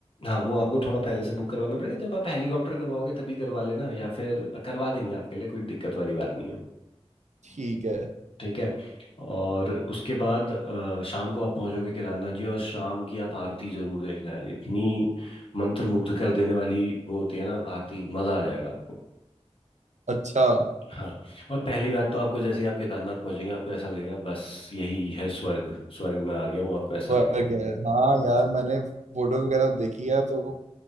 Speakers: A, on the left; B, on the right.
A: हाँ वो आपको थोड़ा पहले से बुक करवाना पड़ेगा जब आप हेलीकॉप्टर करवाओगे तभी करवा लेना या फिर करवा देंगे आपके लिए कोई दिक्कत वाली बात नहीं है
B: ठीक है
A: ठीक है और उसके बाद अ, शाम को आप पहुंचोगे केदारनाथ जी और शाम की आप आरती जरूर देखना यार इतनी मंत्रमुग्ध कर देने वाली वो होती है ना आरती मजा आ जाएगा आपको
B: अच्छा
A: हाँ और पहली बात तो आपको जैसे ही आप केदारनाथ पहुंचेंगे आपको ऐसा लगेगा बस यही है स्वर्ग स्वर्ग में आ गया हूँ आपको ऐसा
B: वर्ग
A: लगेगा
B: है हाँ यार मैंने फोटो वगैरह देखी है तो